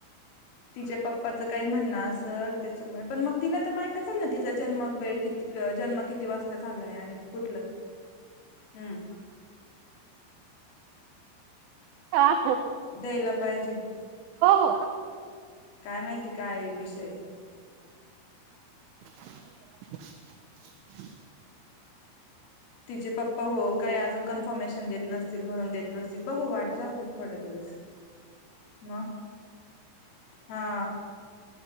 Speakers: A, on the left; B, on the right.
A: तिच्या पप्पाचं काही म्हणणं असल त्याच्यामुळे पण मग तिला तर माहित असेल ना तिचा जन्म वेळ किती त जन्म किती वाजता झालाय आणि कुठलं?
B: <unintelligible>
A: हुं
B: ह हो
A: द्यायला पाहिजे
B: हो
A: काय माहिती काय आहे विषय
B: <unintelligible>
A: तिचे पप्पा हो काय अजून क्फर्मेशन देत नसतील म्हणून देत नस बघू वाट जाऊ दे थोड दिवस. म हा.